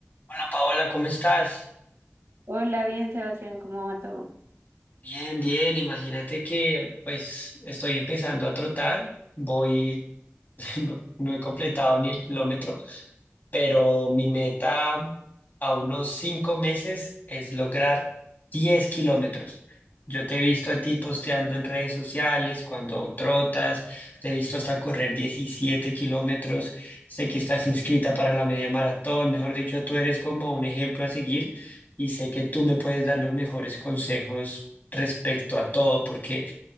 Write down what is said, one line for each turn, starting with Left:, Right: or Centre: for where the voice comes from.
Left: Hola Paola, ¿cómo estás?
Right: Hola, bien, Sebastián, ¿cómo va todo?
Left: Bien, bien, imagínate que pues estoy empezando a trotar, voy <laughs> no, no he completado ni el kilómetro, pero mi meta a unos cinco meses es lograr 10 kilómetros. Yo te he visto a ti posteando en redes sociales cuando trotas, te he visto hasta correr 17 kilómetros, sé que estás inscrita para la media maratón, mejor dicho, tú eres como un ejemplo a seguir y sé que tú me puedes dar los mejores consejos respecto a todo, porque